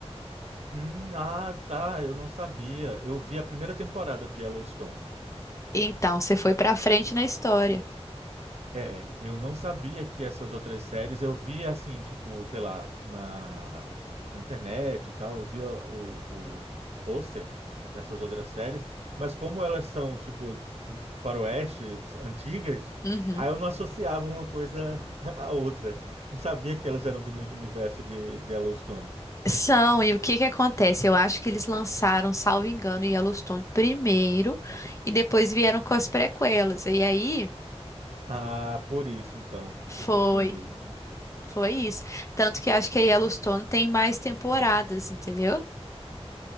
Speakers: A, on the right (about 70°); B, on the left (about 30°).
A: Hum, ah, tá. Eu não sabia. Eu vi a primeira temporada de Yellowstone.
B: Então, você foi pra frente na história.
A: É, eu não sabia que essas outras séries, eu via assim, tipo, sei lá, na, na internet e tal, eu via o, o pôster dessas outras séries, mas como elas são, tipo, faroeste, antigas,
B: Uhum.
A: aí eu não associava uma coisa <laughs> à outra. Não sabia que elas eram do mesmo universo de, de Yellowstone.
B: São, e o que que acontece? Eu acho que eles lançaram, salvo engano, Yellowstone primeiro e depois vieram com as prequelas. E aí
A: Ah, por isso, então,
B: foi,
A: que eu confundi.
B: foi isso. Tanto que eu acho que a Yellowstone tem mais temporadas, entendeu?